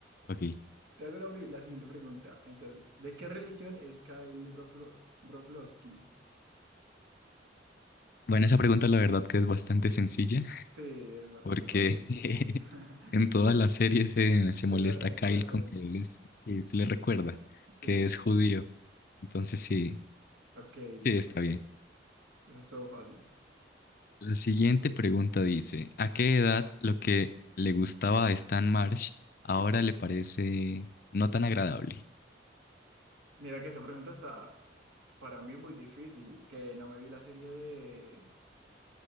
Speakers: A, on the left; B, on the right.
A: ok.
B: Te hago la, pri- la siguiente pregunta. Entonces, ¿de qué religión es Kyle Broflo- Broflovski?
A: Bueno, esa pregunta la verdad que es bastante sencilla,
B: Sí, es bastante
A: porque
B: fácil.
A: <laughs>
B: <laughs>
A: en toda la serie se, se
B: Te
A: molesta
B: lo recuerdan.
A: a Kyle con que él es- que se le recuerda
B: Sí.
A: que es judío. Entonces, sí,
B: Ok, listo.
A: sí, está bien.
B: Eso estuvo fácil.
A: La siguiente pregunta dice, ¿a qué edad lo que le gustaba a Stan Marsh ahora le parece no tan agradable?
B: Mira que esa pregunta está para mí muy difícil, que no me vi la serie de